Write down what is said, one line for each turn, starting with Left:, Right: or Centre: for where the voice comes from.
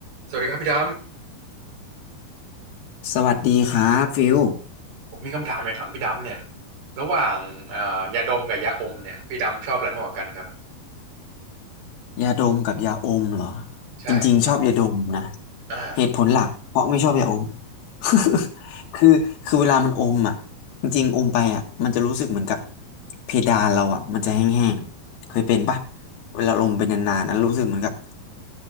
Right: สวัสดีครับพี่ด
Left: สวัสดีครับฟิล
Right: ำผมมีคำถามอยากถามพี่ดำเนี่ยระหว่างอ่ายาดมกับยาอมเนี่ยพี่ดำชอบอะไรมากกว่ากันครับ
Left: ยาดมกับยาอมเหรอ
Right: ใช่
Left: จริงๆชอบยาดมนะ
Right: อ่า
Left: เหตุผลหลักเพราะไม่ชอบยาอม <laughs> คือคือเวลามันอมอ่ะจริงๆอมไปอ่ะมันจะรู้สึกเหมือนกับเพดานเราอ่ะมันจะแห้งๆเคยเป็นปะ
Right: อม
Left: เวลาอมไปนานๆนะรู้สึกเหมือนกับ